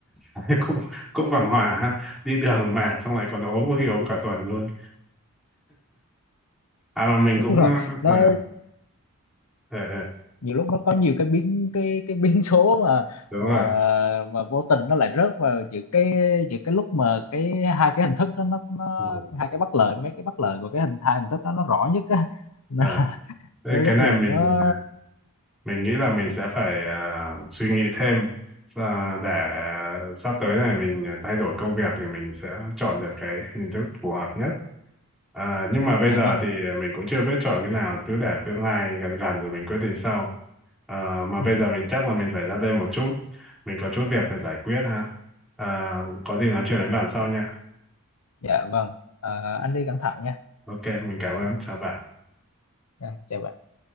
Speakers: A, in the centre; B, on the left.
A: <laughs> cũng cũng bằng hòa ha đi đường mệt xong lại còn ốm có khi
B: Dạ,
A: ốm cả tuần luôn à mà mình
B: đúng
A: cũng
B: rồi
A: ờ
B: nó
A: ờ ờ, ờ,
B: nhiều lúc nó có nhiều cái biến cái cái biến số mà
A: đúng
B: mà
A: rồi
B: mà vô tình nó lại rớt vào giữa cái giữa cái lúc mà cái hai cái hình thức đó nó nó
A: ừ.
B: hai cái bất lợi mấy cái bất lợi của cái hình hai hình thức đó nó rõ nhất á <laughs> Nên
A: ờ,
B: là
A: Thế
B: đôi
A: cái
B: lúc
A: này
B: là
A: mình
B: nó
A: mình nghĩ là mình sẽ phải à, suy nghĩ thêm à, để sắp tới này mình thay đổi công việc thì mình sẽ chọn được cái hình thức phù hợp nhất à, nhưng mà bây
B: dạ
A: giờ
B: vâng
A: thì mình cũng chưa biết chọn cái nào cứ để tương lai gần gần rồi mình quyết định sau à, mà
B: dạ,
A: bây giờ mình chắc là mình phải ra đây một chút mình có chút việc phải giải quyết ha à, có gì nói chuyện với bạn sau nha
B: dạ vâng Ờ, anh đi cẩn thận nha
A: ok mình cảm ơn
B: dạ,
A: chào bạn
B: dạ, chào bạn